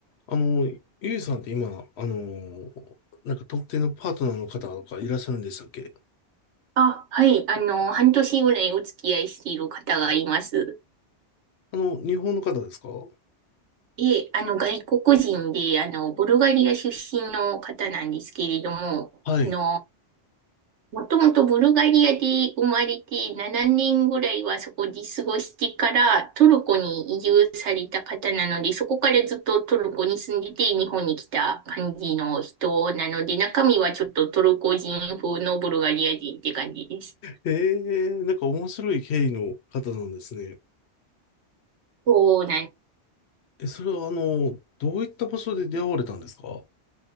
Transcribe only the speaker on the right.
あ、はい。あの、半年ぐらいお付き合いしている方がいます。
で、あの、外国人で、あの、ブルガリア出身の方なんですけれども、
あの、もともとブルガリアで生まれて7年ぐらいはそこで過ごしてからトルコに移住された方なので、そこからずっとトルコに住んでて日本に来た感じの人なので、中身はちょっとトルコ人風のブルガリア人って感じです。
そうなん